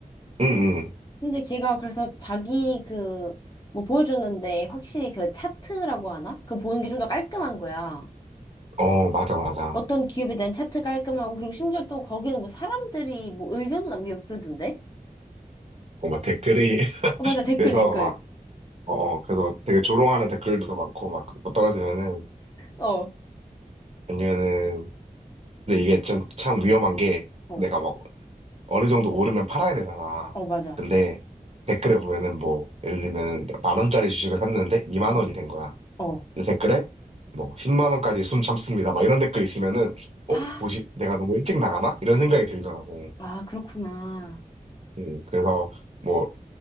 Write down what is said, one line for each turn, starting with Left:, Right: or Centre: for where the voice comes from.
Right: 음, 음.
Left: 근데 걔가 그래서 자기 그, 뭐 보여줬는데 확실히 그 차트라고 하나? 그 보는 게 좀 더 깔끔한 거야.
Right: 어, 맞아, 맞아.
Left: 어떤 기업에 대한 차트 깔끔하고, 그리고 심지어 또 거기는 뭐 사람들이 뭐 의견도 남기고 그러던데?
Right: 어, 막 댓글이, <laughs>
Left: 어, 맞아. 댓글,
Right: 그래서
Left: 댓글.
Right: 막, 어, 어, 그래서 되게 조롱하는 댓글도 많고, 막, 그거 떨어지면은,
Left: 어,
Right: 아니면은, 근데 이게 좀, 참 위험한 게,
Left: 어,
Right: 내가 막, 어느 정도 오르면 팔아야 되잖아.
Left: 어, 맞아.
Right: 근데, 댓글에 보면은 뭐, 예를 들면 만 원짜리 주식을 샀는데, 2만
Left: 어,
Right: 원이 된 거야.
Left: 어,
Right: 근데 댓글에, 뭐, 10만 원까지 숨 참습니다. 막 이런 댓글 있으면은, 어,
Left: 아,
Right: 뭐지, 내가 너무 일찍 나가나? 이런 생각이 들더라고.
Left: 아, 그렇구나.
Right: 음, 그래서, 뭐,